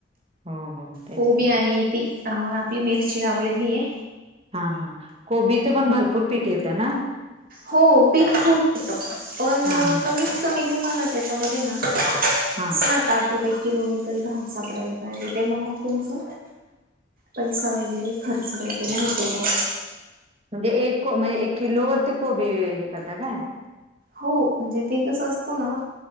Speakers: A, on the right; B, on the right.
A: हो, हो. तेच
B: कोबी
A: की.
B: आणि ती अ आपली मिरची लावलेली आहे.
A: हा हा कोबीचं पण भरपूर पीक येतं ना?
B: हो पीक <unintelligible> येत पण
A: हां, हां,
B: कमीत कमी तुम्हाला त्याच्यामध्ये ना सात,
A: हां.
B: आठ रुपये किलोनी तरी भाव सापडायला पाहिजे ते मग, मग तुमचं पैसा वगैरे खर्च वगैरे होतो म
A: म्हणजे एक म्हणजे एक किलोवरती कोबी हे करता काय?
B: हो म्हणजे ते कसं असतो ना